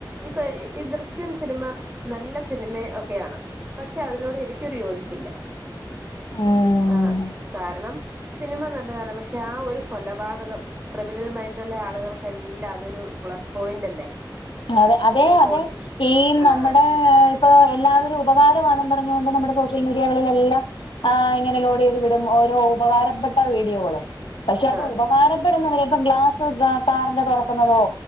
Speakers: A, on the right (about 25°); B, on the left (about 85°).
A: ഇപ്പൊ ഈ ദൃശ്യം സിനിമ നല്ല സിനിമ ഒക്കെയാണ് പക്ഷെ അതിനോട് എനിക്കൊരു യോജിപ്പില്ല
B: ഉം
A: ആഹ് കാരണം സിനിമ നല്ലതാണ് പക്ഷെ ആഹ് ഒരു കൊലപാതകം ക്രിമിനൽ മൈൻഡ ഉള്ള ആളുകൾക്കെല്ലാം അതൊരു പ്ലസ് പോയിന്റ് അല്ലേ
B: അതെ അതെ
A: ഒരു പോസിറ്റീവ്
B: അതെ ഈ
A: ആഹ്
B: നമ്മുടെ ഇപ്പോ എല്ലാവരും ഉപകാരമാണെന്ന് പറഞ്ഞുകൊണ്ട് നമ്മുടെ സോഷ്യൽ മീഡിയകളിൽ എല്ലാം അഹ് ഇങ്ങനെ ലോഡ് ചെയ്ത് വിടും ഓരോ ഉപകാരപ്പെട്ട വീഡിയോകള് പക്ഷെ അത്
A: ആഹ്
B: ഉപകാരപ്പെടുന്നവരെ ഇപ്പം ഗ്ലാസ് കാറ്ന്റെ തുറക്കുന്നതോ